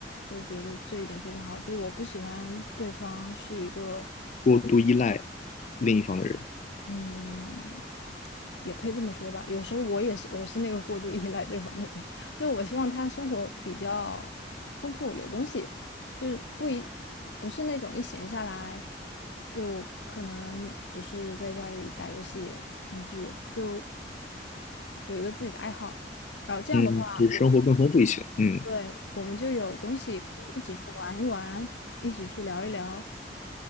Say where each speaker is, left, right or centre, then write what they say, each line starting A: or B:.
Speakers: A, on the left; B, on the left.
A: 我觉得这一点非常好。就我不喜欢对方是一个。
B: 过度依赖另一方的人，
A: 嗯，也可以这么说吧。有时候我也是，我是那个过度依赖对方的人，<laughs> 就我希望他生活比较丰富，有东西，就是不一不是那种一闲下来就可能只是在家里打游戏、看剧，就有一个自己的爱好。然后这样的话，
B: 嗯，就是生活更丰富一些。
A: 我
B: 嗯。
A: 对我们就有东西可以一起去玩一玩，一起去聊一聊。